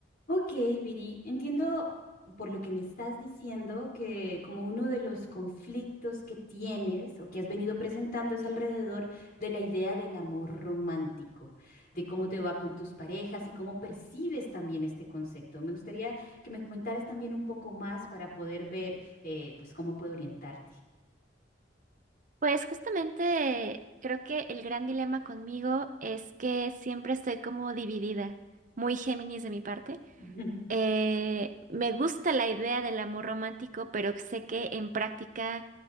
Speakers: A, on the left (about 55°); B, on the right (about 45°).
A: Ok, Viri, entiendo por lo que me estás diciendo que como uno de los conflictos que tienes o que has venido presentando es alrededor de la idea del amor romántico, de cómo te va con tus parejas y cómo percibes también este concepto. Me gustaría que me comentaras también un poco más para poder ver eh, pues cómo puedo orientarte.
B: Pues justamente creo que el gran dilema conmigo es que siempre estoy como dividida, muy Géminis de mi parte.
A: <laughs>
B: Eh, me gusta la idea del amor romántico, pero sé que en práctica